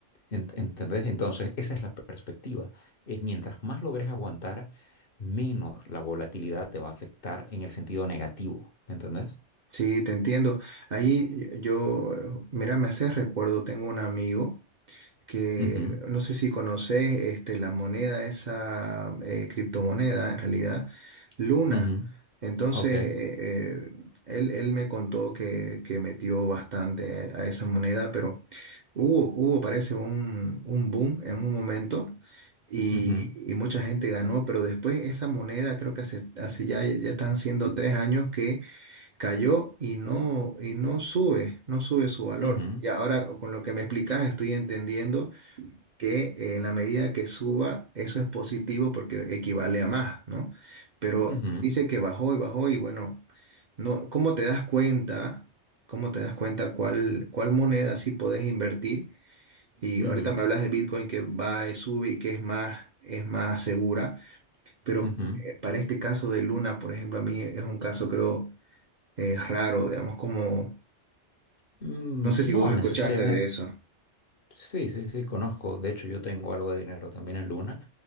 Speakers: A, on the left; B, on the right.
A: Ent- ¿Entendés? Entonces, esa es la perspectiva. Es mientras más logres aguantar, menos la volatilidad te va a afectar en el sentido negativo. ¿Me entendés?
B: Sí, te entiendo. Ahí yo, eh, mira, me haces recuerdo, tengo un amigo que
A: Ujú,
B: no sé si conoces este, la moneda, esa eh, criptomoneda en realidad, Luna.
A: ujú,
B: Entonces,
A: ok.
B: eh, eh, él, él me contó que, que metió bastante a, a esa moneda, pero hubo, hubo parece un, un boom en un momento. Y,
A: ujú,
B: y mucha gente ganó, pero después esa moneda creo que hace, hace ya, ya están siendo tres años que cayó y no, y no sube, no sube su valor.
A: ujú,
B: Y ahora con lo que me explicas estoy entendiendo que eh, en la medida que suba eso es positivo porque equivale a más, ¿no? Pero
A: ujú,
B: dice que bajó y bajó y bueno, no, ¿cómo te das cuenta? ¿Cómo te das cuenta cuál, cuál moneda sí podés invertir? Y
A: ujú,
B: ahorita me hablas de Bitcoin que va y sube y que es más, es más segura, pero
A: ujú.
B: eh, para este caso de Luna, por ejemplo, a mí es un caso creo es raro, digamos, como...
A: Mm,
B: No sé si
A: no
B: vos escuchaste
A: necesariamente.
B: de eso.
A: Sí, sí, sí, conozco. De hecho, yo tengo algo de dinero también en Luna.